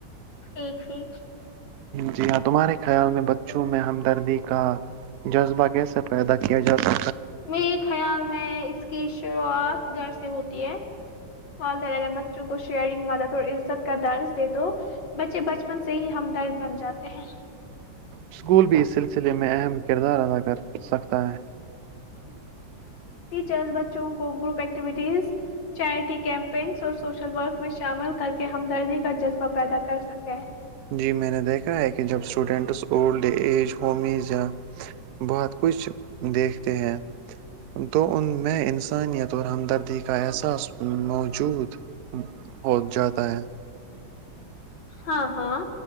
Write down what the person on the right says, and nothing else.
جی ہاں تمہارے خیال میں بچوں میں ہمدردی کا جذبہ کیسے پیدا کیا جاتا
اسکول بھی اس سلسلے میں اہم کردار ادا کر سکتا ہے
جی میں نے دیکھا ہے کہ جب اسٹوڈنٹس اولڈ ایج ہومیز یا بہت کچھ دیکھتے ہیں تو ان میں انسانیت اور ہمدردی کا احساس موجود ہو جاتا ہے